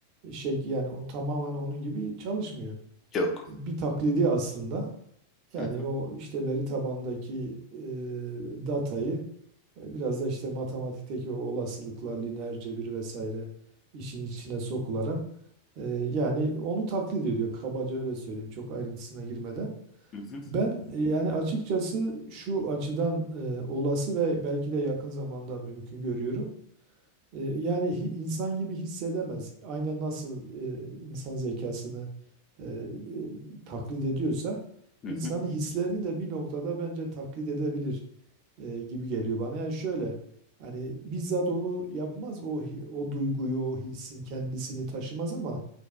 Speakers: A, on the right (about 40°); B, on the left (about 30°).
A: şek yani o tamamen onun gibi çalışmıyor.
B: Yok.
A: Bir taklidi aslında. Yani
B: Hı hı.
A: o işte veri tabandaki e, datayı e, biraz da işte matematikteki o olasılıklar, lineer cebir vesaire işin içine sokularak e, yani onu taklit ediyor. Kabaca öyle söyleyeyim çok ayrıntısına girmeden.
B: Hı hı.
A: Ben e, yani açıkçası şu açıdan e, olası ve belki de yakın zamanda mümkün görüyorum. E, Yani hi- insan gibi hissedemez. Aynen nasıl e, insan zekasını e, e, taklit ediyorsa
B: Hı
A: insanın
B: hı.
A: hislerini de bir noktada bence taklit edebilir e, gibi geliyor bana. Yani şöyle hani bizzat onu yapmaz o hi- o duyguyu, o hissin kendisini taşımaz ama